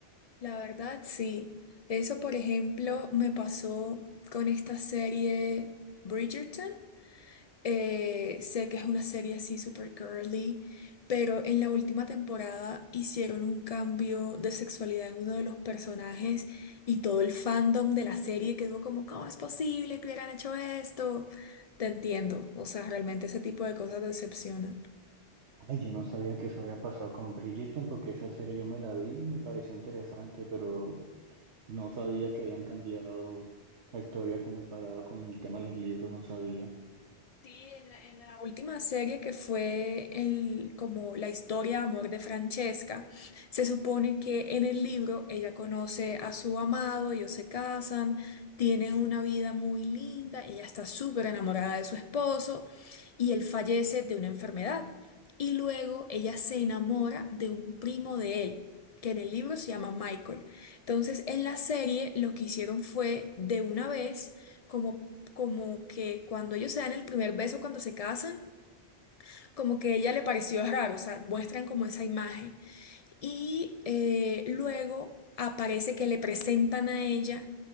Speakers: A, on the left; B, on the right.
A: La verdad, sí. Eso, por ejemplo, me pasó con esta serie. Bridgerton. Eh, sé que es una serie así super curly, pero en la última temporada hicieron un cambio de sexualidad en uno de los personajes y todo el fandom de la serie quedó como, ¿cómo es posible que hubieran hecho esto? Te entiendo, o sea, realmente ese tipo de cosas decepcionan.
B: Ay, yo no sabía que eso había pasado con Bridgerton porque esa serie yo me la vi, me pareció interesante, pero No sabía que habían cambiado la historia comparada con el tema de los libros, no sabía.
A: Sí, en la, en la última serie que fue el, como la historia de amor de Francesca, se supone que en el libro ella conoce a su amado, ellos se casan, tienen una vida muy linda, ella está súper enamorada de su esposo y él fallece de una enfermedad. Y luego ella se enamora de un primo de él, que en el libro se llama Michael. Entonces, en la serie lo que hicieron fue de una vez como como que cuando ellos se dan el primer beso, cuando se casan, como que a ella le pareció raro, o sea, muestran como esa imagen. Y eh, luego aparece que le presentan a ella,